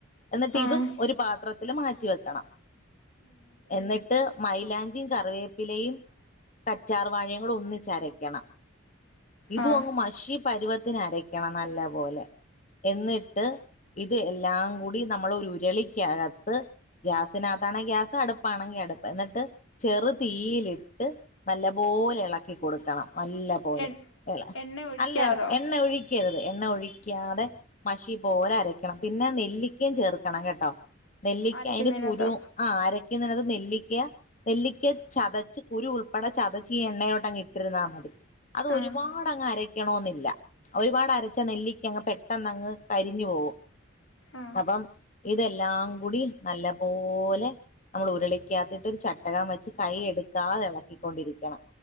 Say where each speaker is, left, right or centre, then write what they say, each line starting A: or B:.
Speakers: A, on the left; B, on the left.
A: എന്നിട്ട്
B: ആഹ്
A: ഇതും ഒരു പാത്രത്തില് മാറ്റി വെക്കണം എന്നിട്ട് മൈലാഞ്ചിയും കറിവേപ്പിലയും കറ്റാർ വാഴയും കൂടെ ഒന്നിച്ചരക്കണം ഇതു
B: ആഹ്
A: അങ്ങ് മഷീ പരുവത്തിന് അരയ്ക്കണം നല്ല പോലെ എന്നിട്ട് ഇത് എല്ലാം കൂടി നമ്മളൊ രു ഉരുളിക്കക ത്ത് ഗ്യാസിനകത്താണെ ഗ്യാസ് അടുപ്പാണെങ്കി അടുപ്പ് എന്നിട്ട് ചെറുതീയിലിട്ട് നല്ലപോലെ ഇളക്കി കൊടുക്കണം നല്ല പോലെ
B: എ
A: ഇള
B: എണ്ണ ഒഴിക്കാതോ
A: അല്ലട എണ്ണ ഒഴി ഒഴിക്കരുത് എണ്ണ ഒഴിക്കാതെ മഷി പോലെ അരക്കണം പിന്നെ നെല്ലിക്കയും ചേർക്കണം കേട്ടോ നെല്ലിക്ക
B: അരയ്ക്കുന്നതിനകത്തോ
A: അതിന്റെ കുരു ആഹ് ആരക്കുന്നത് നെല്ലിക്ക നെല്ലിക്ക ചതച്ച് കുരു ഉൾപ്പെടെ ചതച്ച് ഈ എണ്ണേലോട്ട് അങ്ങ് ഇട്ടിരുന്നാ മതി അത്
B: ആഹ്
A: ഒരുപാട് അങ്ങ് അരക്കണോ ന്നില്ല ഒരുപാട് അരച്ച നെല്ലിക്ക അങ്ങ് പെട്ടെന്ന് അങ്ങ് കരിഞ്ഞു പോവും
B: ആഹ്
A: അപ്പം ഇതെല്ലാം കൂടി നല്ല പോലെ നമ്മൾ ഉരുളിക്കാത്തിട്ടൊരു ചട്ടകം വെച്ച് കൈ എടുക്കാതെ ഇളക്കിക്കൊണ്ടിരിക്കണം